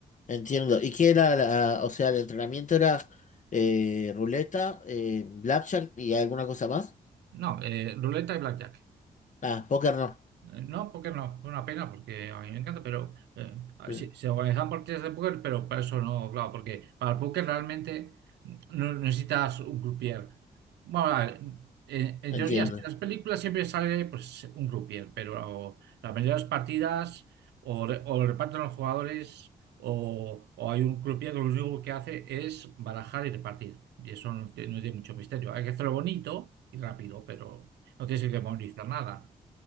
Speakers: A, on the left (about 45°); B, on the right (about 80°).
A: Entiendo. ¿Y qué era la- o sea, el entrenamiento era eh, ruleta, eh, blackjack y alguna cosa más?
B: No, eh, ruleta y blackjack.
A: Ah, póker no.
B: Eh, No, porque no, es una pena, porque a mí me encanta, pero eh, ah,
A: Sí,
B: sí, se organizan partidas de póker, pero para eso no, claro, porque para el póker realmente no necesitas un croupier. Bueno, a ver, en, en teoría,
A: Entiendo.
B: si en las películas siempre sale pues, un croupier, pero la mayoría de las partidas o, re- o lo reparten los jugadores o, o hay un croupier que lo único que hace es barajar y repartir. Y eso no, tiene no tiene mucho misterio. Hay que hacerlo bonito y rápido, pero no tienes que memorizar nada.